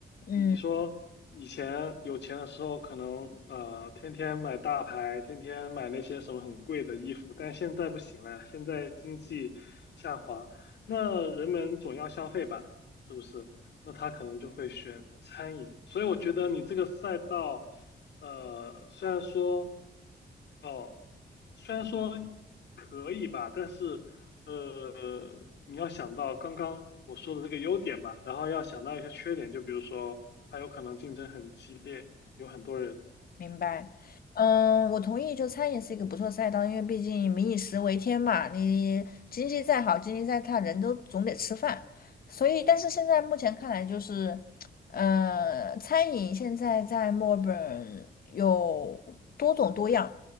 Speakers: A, on the left; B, on the left.
A: 嗯。
B: 你说以前有钱的时候，可能呃天天买大牌，天天买那些什么很贵的衣服，但现在不行了，现在经济下滑，那人们总要消费吧，是不是？那他可能就会选餐饮。所以我觉得你这个赛道，呃，虽然说，哦，虽然说可以吧，但是，呃，你要想到刚刚我说的这个优点吧，然后要想到一些缺点，就比如说，它有可能竞争很激烈，有很多人，
A: 明白，嗯，我同意，就餐饮是一个不错赛道，因为毕竟民以食为天嘛，你经济再好，经济再差，人都总得吃饭。所以，但是现在目前看来，就是，呃，餐饮现在在墨尔本有多种多样，